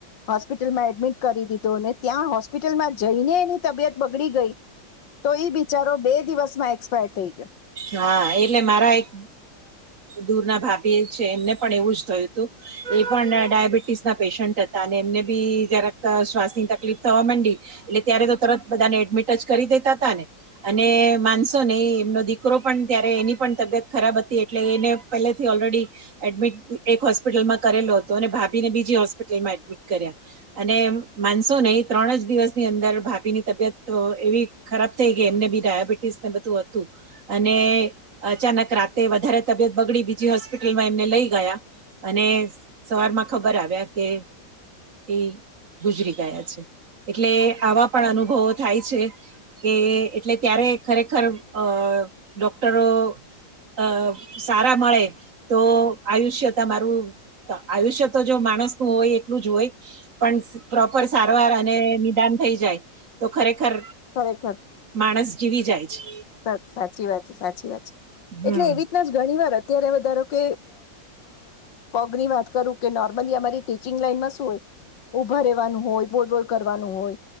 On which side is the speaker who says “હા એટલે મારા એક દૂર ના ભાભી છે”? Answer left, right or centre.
Right